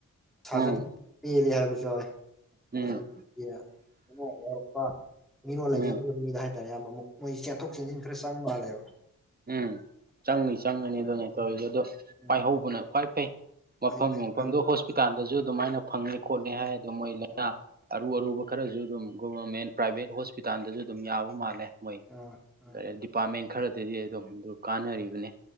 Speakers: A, in the centre; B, on the right.
A: ꯁꯥꯖꯅꯤꯡ
B: ꯎꯝ
A: ꯄꯦꯟꯂꯤ ꯍꯥꯏꯕꯁꯨ ꯌꯥꯎꯌꯦ
B: ꯎꯝ
A: <unintelligible> <unintelligible> ꯃꯤꯔꯣꯟ ꯂꯩꯖꯗꯕ
B: ꯎꯝ
A: ꯃꯤꯗ ꯍꯥꯏꯇꯥꯔꯦ ꯑꯌꯥꯝꯕꯃꯨꯛ ꯃꯣꯏ ꯆꯦꯟꯊꯣꯛ ꯆꯦꯟꯁꯤꯟ ꯈꯔ ꯆꯪ ꯃꯥꯜꯂꯦꯕ
B: ꯎꯝ ꯆꯪꯅꯤ ꯆꯪꯒꯅꯤ ꯑꯗꯨꯅꯦ
A: ꯎꯝ
B: ꯇꯧꯔꯤꯖꯦ ꯑꯗꯣ
A: ꯎꯝ
B: ꯄꯥꯏꯍꯧꯕꯅ ꯈ꯭ꯋꯥꯏ ꯐꯩ ꯃꯐꯝ
A: ꯐꯩ ꯐꯩ
B: ꯌꯣꯡꯐꯝꯗꯣ
A: ꯐꯥꯏꯍꯧꯕꯗꯤ
B: ꯍꯣꯁꯄꯤꯇꯥꯜꯗꯖꯨ ꯑꯗꯨꯃꯥꯏꯅ ꯐꯪꯉꯦ ꯈꯣꯠꯂꯦ ꯍꯥꯏ ꯑꯗꯣ ꯃꯣꯏ ꯂꯩꯅ
A: ꯍꯣꯏ
B: ꯑꯔꯨ ꯑꯔꯨꯕ ꯈꯔꯖꯨ ꯑꯗꯨꯝ ꯒꯣꯚꯔꯃꯦꯟ ꯄ꯭ꯔꯥꯏꯚꯦꯠ ꯍꯣꯁꯄꯤꯇꯥꯜꯗꯖꯨ ꯑꯗꯨꯝ ꯌꯥꯕ ꯃꯥꯜꯂꯦ ꯃꯣꯏ
A: ꯑꯥ ꯑꯥ
B: ꯀꯔꯦꯟ ꯗꯤꯄꯥꯔꯠꯃꯦꯟ ꯈꯔꯗꯗꯤ ꯑꯗꯨꯝ ꯗꯨ ꯀꯥꯟꯅꯔꯤꯕꯅꯦ